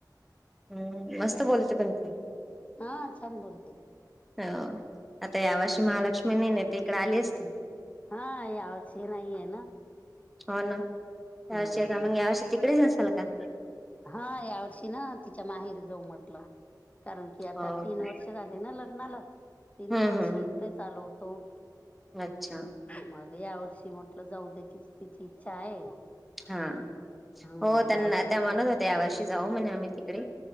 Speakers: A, in the centre; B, on the left.
A: हम्म मस्त बोलत पण तू
B: हा, छान बोलते
A: हो, आता या वर्षी महालक्ष्मी नी न ती इकडे आली असती
B: हा. यावर्षी नाही आहे ना?
A: हो ना,
B: हम्म
A: यावर्षी मग या वर्षी तिकडेच असाल का?
B: हा, यावर्षी ना तिच्या माहेर जाऊ म्हटलं कारण की आता
A: हो
B: तीन
A: का
B: वर्ष झाली ना लग्नाला, तीनही
A: हम्म
B: वर्ष
A: हम्म
B: इकडें चालवतो
A: अच्छा
B: मग या वर्षी म्हटलं जाऊ दे कि तिची इच्छा आहे
A: हा.
B: हा
A: हो त्यांना
B: यावर्षी
A: त्या म्हणत होत्या या वर्षी जाऊ म्हणे आम्ही तिकडे